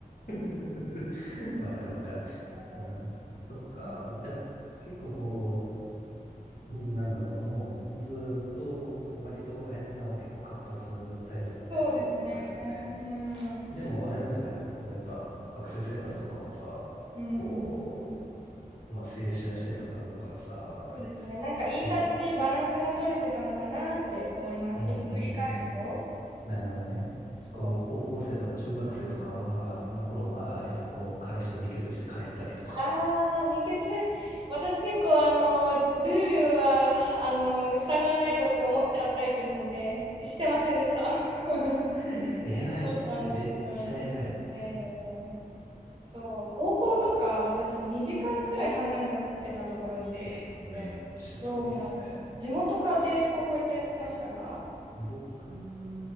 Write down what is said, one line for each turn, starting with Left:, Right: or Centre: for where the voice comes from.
Left: <laughs> わかるわかる。
Right: ね、
Left: うん、そっか。
Right: うん、
Left: じゃあ、結構こう、うんなんだろう。もうずーっとこう、割と綾菜さんは結構活発タイプだね。
Right: そうですね。
Left: そう考えるとね。
Right: うん。
Left: でもあれなんじゃないのこうやっぱ学生生活とかもさ、
Right: うん。
Left: こう、まあ青春してただろうからさ、
Right: そうですね。なんかいい感じにバランスが取れてたのかなって思います。
Left: こう、うんうんうん
Right: 今振り返ると。
Left: なるほどね。
Right: そう。
Left: こう、高校生とか中学生とかは、の頃は、やっぱこう、彼氏と二血して帰ったりとか。
Right: ああ、二血。私結構あの、ルールは、あの、従わないとって思っちゃうタイプなんで、してませんでした。<laughs>
Left: <laughs> 偉い。
Right: そうなんですよ。
Left: めっちゃ偉い。
Right: いやいやいや。そう、高校とか私2時間くらい離れてたところに行ってたんですよ。
Left: え、めっちゃ遠いっすね。
Right: そうなんです。地元家庭高校行ってましたか
Left: 僕